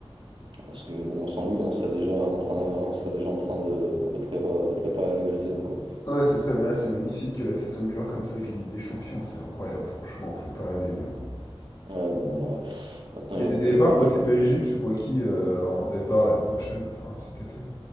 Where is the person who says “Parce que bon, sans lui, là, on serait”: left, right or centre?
Right